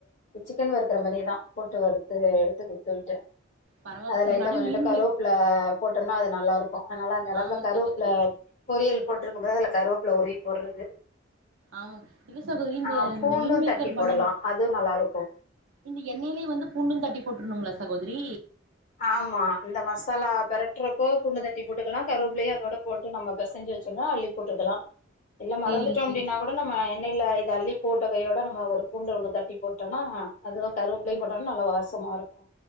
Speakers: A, on the left; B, on the right.
A: சிக்கன் வறுக்கற மாரியே தா போட்டு வறுத்து எடுத்து குடுத்து விட்ட
B: பரவால்ல
A: அது
B: சகோதரி
A: லைட்டா
B: ஆனா
A: கொஞ்சோன்டு
B: மீன்
A: கரூப்புல
B: மேக்
A: போட்டோம்னா அது நல்லா இருக்கும் அதனால அந்த அளவுப்புல
B: ஆமா
A: கரோப்புல
B: சகோதரி
A: பொரியல் போட்டிருக்கும்போது அதுல கருவேப்புல உருவி போடுறது
B: ஆமா இல்ல சகோதரி இந்த
A: ஆ பூண்டும்
B: இந்த மீன்மேக்கர்
A: தட்டி போடலா
B: பண்ணுல
A: அதுவு நல்லாருக்கு
B: இந்த எண்ணெயிலே வந்து பூண்டு தட்டி போட்ருனுங்களா சகோதரி
A: ஆமா இந்த மசாலா பெரட்டுறப்போ பூண்டு தட்டி போட்டுக்கலா கருவேப்லையு அதோட போட் டு நம்ம பெசெஞ்சு வச்சோன்னா அள்ளி போட்டுக்கலா இல்ல மறந்துட்டோ
B: சேரிங்க
A: அப்டினா
B: சேரி
A: கூட நம்ம எண்ணையில இத அள்ளி போட்ட கையோட நம்ம ஒரு பூண்டு ஒன்ன தட்டி போட்டோனா அதுவு கருவேப்பிலையு போட்டோனா நல்ல வாசமா இருக்கு